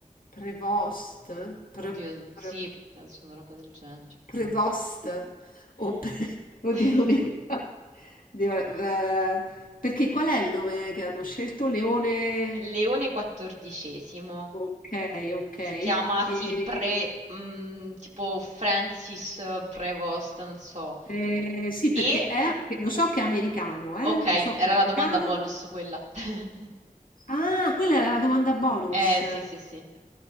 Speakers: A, on the left; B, on the right.
A: prevost? Pre-
B: Oddio, sì,
A: pre-
B: penso una roba del genere.
A: prevost?
B: <laughs>
A: O pre- <laughs> Oddio, non mi ricordo. Oddio, eh, perché qual è il nome che hanno scelto? Leone...
B: Leone quattordicesimo.
A: Okay, okay.
B: Si chiama, sì,
A: E,
B: pre, mm, tipo Francis Prevost, non so.
A: ehm, sì,
B: E,
A: perché è anche lo so che è americano, eh,
B: ok,
A: lo so che
B: era
A: è americano.
B: la domanda bonus quella. <laughs>
A: Ah, quella era la domanda bonus.
B: Eh, sì, sì, sì.